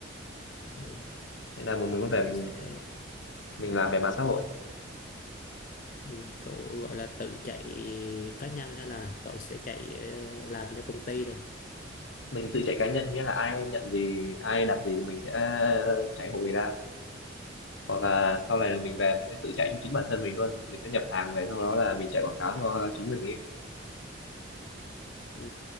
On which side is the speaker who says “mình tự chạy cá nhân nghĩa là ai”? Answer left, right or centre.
Left